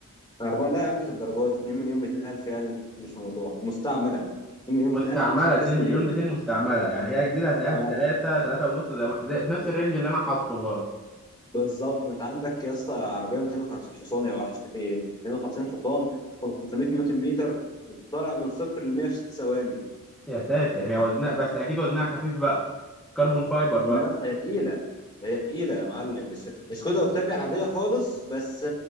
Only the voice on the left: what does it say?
اربعه لا يا عم مش الدرجات دي 2 مليون 200 الف يعني مش موضوع مستعمله 2 مليون
200 الف مستكسر
زيرو
اه
بالظبط ما انت عندك يا اسطى عربيه 250 حصان يا وحش في ايه 250 حصان 500 نيوتن متر بتطلع من صفر ل 100 في 6 ثواني
لا يا اسطى، هي تقيلة هي تقيلة يا معلم بس سكودا اوكتافيا عادية خالص بس